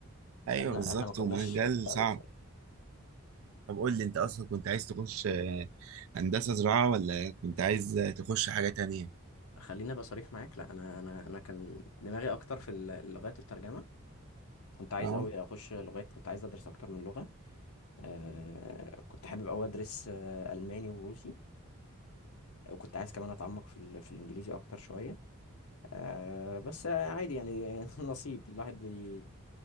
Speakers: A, on the right; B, on the left.
A: ايوه
B: احنا
A: بالظبط
B: احنا ما كناش
A: ومجال
B: كده
A: صعب
B: قوي بصراحه
A: طب قول لي انت اصلا كنت عايز تخش آه، هندسة زراعة ولا كنت عايز تخش حاجة تانية
B: خليني ابقى صريح معاك لا انا انا انا كان دماغي اكتر في اللغات والترجمه كنت عايز
A: اه
B: قوي اخش لغات كنت عايز ادرس اكتر من لغه آه كنت حابب قوي ادرس آه الماني وروسي وكنت عايز كمان اتعمق في ال... في الانجليزي اكتر شويه آه بس عادي يعني <laughs> نصيب الواحد بي...